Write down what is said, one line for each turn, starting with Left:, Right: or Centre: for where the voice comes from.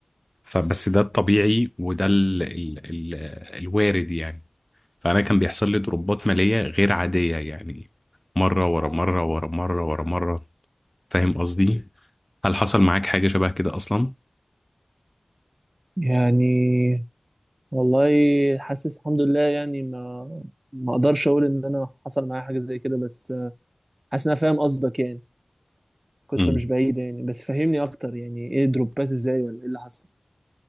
Left: فبس ده الطبيعي وده ال... ال... ال... الوارد يعني فأنا كان بيحصل لي دروبات مالية غير عادية يعني مرة ورا مرة ورا مرة ورا مرة فاهم قصدي هل حصل معاك حاجة شبه كده أصلا؟
Right: يعني والله حاسس الحمد لله يعني ما ما أقدرش أقول إن أنا حصل معايا حاجة زي كده بس آه، حاسس إن أنا فاهم قصدك يعني قصة
Left: امم
Right: مش بعيدة يعني بس فهمني أكتر يعني إيه دروبات إزاي ولا إيه اللي حصل